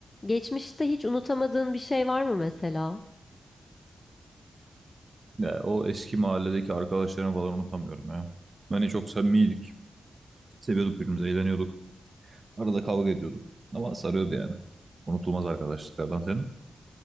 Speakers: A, on the left (about 35°); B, on the right (about 45°).
A: Geçmişte hiç unutamadığın bir şey var mı mesela?
B: Ya, o eski mahalledeki arkadaşlarımı falan unutamıyorum ya. Hani çok samimiydik. Seviyorduk birbirimizi, eğleniyorduk. Arada kavga ediyorduk. Ama sarıyordu yani. Unutulmaz arkadaşlıklardan senin.